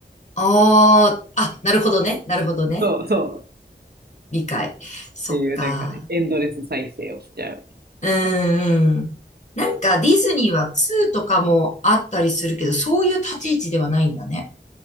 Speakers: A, on the left; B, on the right.
A: ああ、あ、なるほどね。なるほどね。
B: そうそう。
A: 理解。そっか。
B: っていう、なんかね、エンドレス再生をしちゃう。
A: うん、うん。なんかディズニーは2とかもあったりするけど、そういう立ち位置ではないんだね。